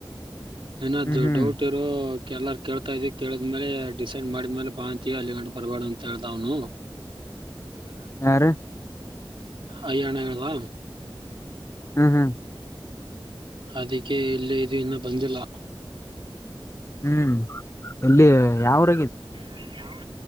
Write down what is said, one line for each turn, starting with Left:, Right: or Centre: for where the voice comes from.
Right: ಏನಾದು
Left: ಹ್ಮ್ ಹ್ಮ್
Right: ಡೌಟ್ ಇರೋ ಕೆಲ್ಲರ್ ಕೇಳ್ತಾ ಇದ್ವಿ ಕೇಳಿದ್ಮೇಲೆ ಡಿಸೈಡ್ ಮಾಡಿದ್ಮೇಲೆ ಬಾ ಅಂತೀವಿ ಅಲ್ಲಿ ಗಂ ಬರಬಾರ್ದ ಅಂತ ಹೇಳ್ದ್ನು ಹ
Left: ಯಾರ
Right: ಹಯ್ಯಾಣದ.
Left: ಹಾ
Right: ಅದಕ್ಕೆ ಇಲಿ ಇದು ಇನ್ನ ಬಂದಿಲ್ಲ.
Left: ಹ್ಮ್ ಎಲ್ಲಿ ಯಾವ್ರ
Right: ಅ ಯಾವ